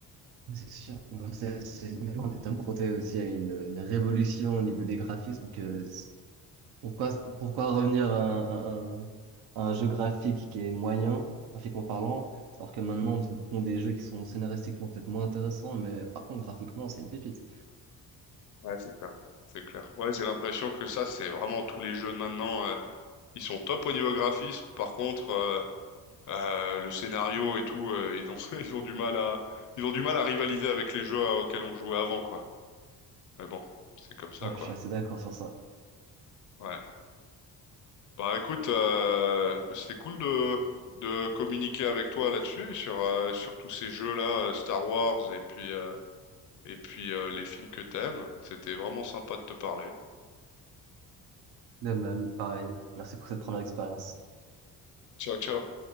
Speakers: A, on the right; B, on the left.
A: C'est sûr. Bon, c'est, c'est- on est tellement confronté aussi à une, une révolution au niveau des graphismes que c'est- pourquoi, pourquoi revenir à un, à un- à un jeu graphique qui est moyen, graphiquement parlant, alors que maintenant on te pond des jeux qui sont scénaristiquement peut-être moins intéressants, mais par contre graphiquement c'est une pépite.
B: Ouais, c'est clair. C'est clair. Ouais, j'ai l'impression que ça, c'est vraiment tous les jeux de maintenant. euh, ils sont top au niveau graphisme. Par contre, euh, euh, le scénario et tout, euh, ils ont, <laughs> ils ont du mal à, ils ont du mal à rivaliser avec les jeux à- auxquels on jouait avant, quoi. Mais bon, c'est comme ça,
A: Ouais,
B: quoi.
A: je suis assez d'accord sur ça.
B: Ouais. Bah, écoute, euh, c'était cool de, de communiquer avec toi là-dessus, sur, euh, sur tous ces jeux-là, euh, Star Wars et puis, euh, et puis euh, les films que t'aimes. C'était vraiment sympa de te parler.
A: De même, pareil. Merci pour cette première expérience.
B: Ciao, ciao.